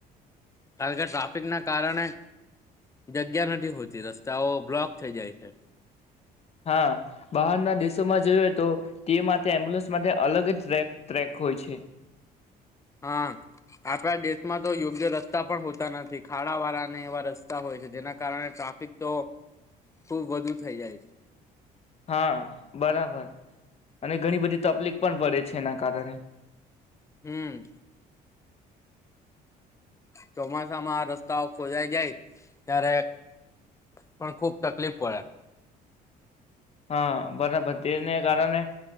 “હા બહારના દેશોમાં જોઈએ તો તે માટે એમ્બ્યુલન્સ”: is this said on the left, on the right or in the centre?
Left